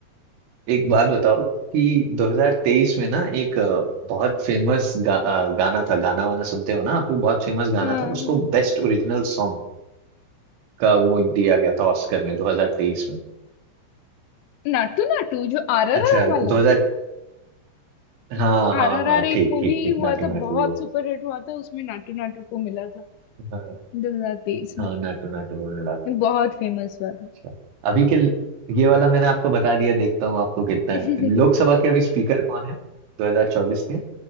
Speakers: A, on the right; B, on the left.
A: एक बात बताओ कि 2023 में ना एक अ, बहुत फेमस गा, अ, गाना था गाना वाना सुनते हो ना आपको बहुत फेमस गाना
B: हाँ
A: था उसको
B: हाँ
A: बेस्ट ओरिजिनल सॉन्ग का वो दिया गया था ऑस्कर में 2023 में
B: नाटू नाटू जो आर
A: अच्छा
B: आर आर वाला
A: 2000 हाँ हाँ
B: आर आर
A: हाँ
B: आर एक
A: ठीक
B: मूवी
A: ठीक ठीक
B: हुआ
A: नाटू
B: था
A: नाटू
B: बहुत
A: वो
B: सुपर हिट हुआ था उसमें नाटू नाटू को मिला था
A: हाँ
B: 2023 में
A: हाँ नाटू नाटू वो मिला था।
B: ये बहुत फेमस हुआ था
A: अच्छा अभी के ये वाला मैंने आपको बता दिया देखता हूँ आपको कितना
B: <laughs>
A: है लोकसभा के अभी स्पीकर कौन है 2024 के